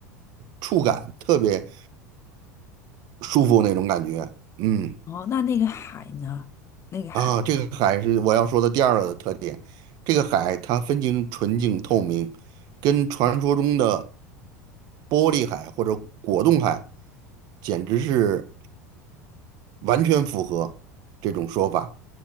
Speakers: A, on the right (about 50°); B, on the left (about 30°).
A: 触感特别舒服那种感觉。嗯，
B: 哦，那那个海呢？那个海，
A: 啊，这个海是我要说的第二个特点，这个海它分清纯净透明，跟传说中的玻璃海或者果冻海简直是完全符合这种说法。